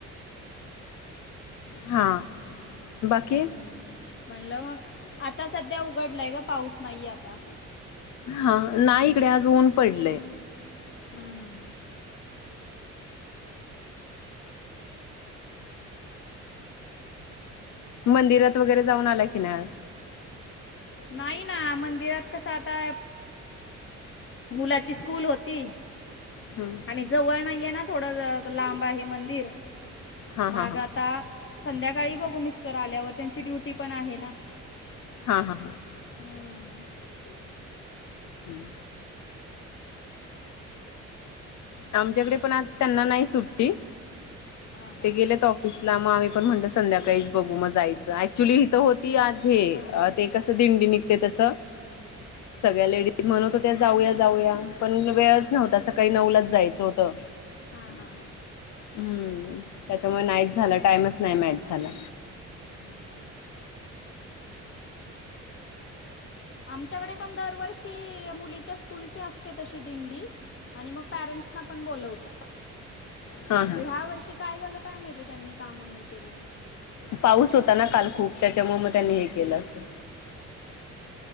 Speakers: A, on the left; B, on the left.
A: हा. बाकी
B: हम्म म्हणलं मग आता सध्या उघडलाय का पाऊस नाहीये आता.
A: हा नाही इकडे आज ऊन पडलय.
B: हम्म हम्म हम्म.
A: मंदिरात वगैरे जाऊन आला की नाय आज?
B: नाही ना मंदिरात कसं आता मुलाची स्कूल होती
A: हम्म.
B: आणि जवळ नाहीये ना थोडा लांब आहे मंदिर
A: हा
B: माग
A: हा हा
B: आता संध्याकाळी बघू मिस्टर आल्यावर त्यांची ड्युटी पण आहे ना.
A: हा हा.
B: हम्म.
A: हम्म. आमच्याकडे पण आज त्यांना नाही सुट्टी.
B: आं
A: ते गेलेत ऑफिसला मग आम्ही पण म्हणलं संध्याकाळीच बघू मग जायचं ऍक्च्युली हिथं होती आज हे
B: हां,
A: अ ते कसं दिंडी निघते तसं सगळ्या लेडीज म्हणत हो त्या जाऊया जाऊया पण वेळच नव्हता सकाळी नऊलाच जायचं होतं.
B: हां, हां, हां.
A: हम्म नाहीच झालं टाइमच नाही मॅच झाला.
B: हम्म हां. आमच्याकडे पण दरवर्षी मुलीच्या स्कूलची असते तशी दिंडी आणि मग पॅरेंट्सना पण बोलवतात.
A: हा हा
B: ह्या वर्षी काय झालं काय माहिती त्यांनी कामं नाय केले.
A: पाऊस होता ना काल खूप तेच्यामुळ मग त्यांनी हे केलं असलं.